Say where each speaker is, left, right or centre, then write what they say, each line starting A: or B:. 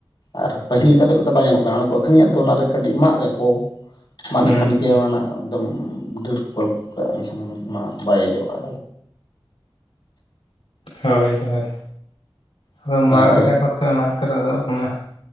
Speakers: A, on the left; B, on the left.
A: ᱟᱨ ᱯᱟᱹᱦᱤᱞ ᱞᱮᱠᱟ ᱫᱚ ᱩᱱᱟᱹᱜ ᱫᱚ ᱵᱟᱭ ᱧᱟᱢᱚᱜ ᱠᱟᱱᱟ ᱚᱱᱟ ᱠᱚ ᱟᱹᱠᱷᱨᱤᱧᱼᱟ ᱛᱚ ᱚᱱᱟᱨᱮ ᱠᱟᱹᱴᱤᱡ ᱢᱟᱜᱽ ᱜᱟᱠᱚ ᱾ ᱢᱟᱜᱽ
B: ᱦᱩᱸ
A: ᱞᱮᱠᱷᱟᱱ ᱜᱮ
B: ᱦᱩᱸ
A: ᱚᱱᱟ ᱨᱮᱱᱟᱜ ᱮᱠᱫᱚᱢ ᱰᱟᱹᱨ ᱠᱚᱠᱚ ᱠᱟᱜ ᱮᱱᱠᱷᱟᱱ ᱚᱱᱟ ᱵᱟᱭ ᱡᱚᱜᱼᱟ᱾
B: ᱦᱳᱭ ᱦᱳᱭ᱾ ᱟᱫᱚ
A: ᱦᱳᱭ
B: ᱢᱟᱜᱽ
A: ᱟᱨ
B: ᱮᱫᱟ ᱠᱚ ᱥᱮ ᱚᱱᱟ ᱠᱷᱟᱹᱛᱤᱨ ᱟᱫᱚ ᱚᱱᱟ